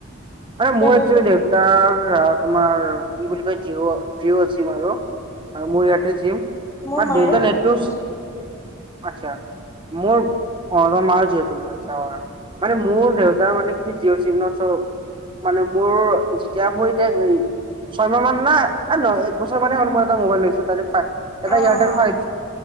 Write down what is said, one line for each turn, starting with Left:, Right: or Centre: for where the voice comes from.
Right: মানে
Left: এয়াৰটেলটো
Right: মোৰ একচুৱেলি দেউতাৰ তোমাৰ কি বুলি কয় জিঅ-জিঅ' চিম আৰু আৰু মোৰ এয়াৰটেল চিম
Left: মোৰ
Right: মানে
Left: মাৰো
Right: দেউতাকৰ নেটটো
Left: জিঅ' আছিল।
Right: আ মোৰ অ ৰ মাৰ জিঅ চিমত অ মানে মোৰ দেউতাৰ মানে কি জিঅ' চিমত মানে মোৰ যেতিয়া ভৰিতে ছয়মাহ মান না এ নহয় এক বছৰ মানে হ'ল মই এটা মোবাইল লৈছে তাৰে এটা
Left: অ
Right: এয়াৰটেল
Left: অ
Right: ফাইভ